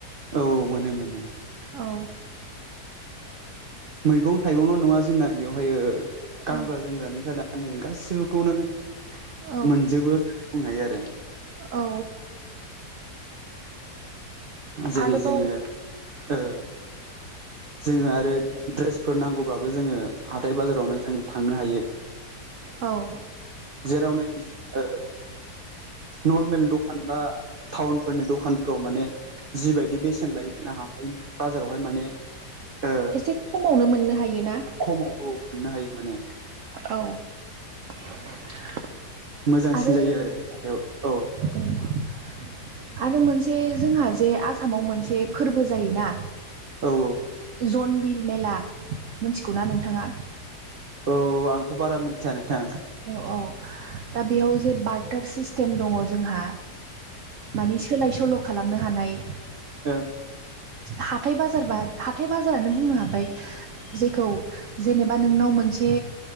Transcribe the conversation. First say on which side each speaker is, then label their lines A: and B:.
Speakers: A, on the right; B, on the right.
A: औ औ मोनो मोनो।
B: औ
A: मैगं थाइगंल नङा जोंना बेवहाय ओ गानग्रा
B: औ
A: जोमग्रानिफ्राय ला गाससिबोखौनो मोनजोबो
B: औ
A: होननानै बुंनो हायो आरो।
B: औ
A: जेरै
B: आरोबाव
A: जोङो ओ जोङो आरो द्रेस फोर नांगौब्लाबो जोङो हाथाय बाजारावनो जों थांनो हायो
B: औ
A: जेरावनाखि ओ नर्मेल खान बा टाउन फोरनि दखानफोराव माने जिबायदि बेसेन लायो जों हाथाय बाजारावहाय मा माने ओ
B: एसे खमावनो मोननो हायो ना।
A: खमाव मोननो हायो माने
B: औ <inaudible>
A: मोजांसिन
B: आरो
A: जायो हाथायाव औ
B: <inaudible> आरो मोनसे जोंहा जे आसामाव मोनसे फोरबो जायो
A: औ
B: जनबिल मेला मिथिगौ ना नोंथाङा?
A: औ आंथ बारा मिथिया नोंथां।
B: औ औ दा बेयाव जे बारटार सिस्टेम दङ जोंहा माने सोलाय सोल खालामनो हानाय
A: ओं
B: हाथथाय बाजारबा हाथथाय बाजारानो बुंनो हाबाय। जेखौ जेनेबा नोंनाव मोनसे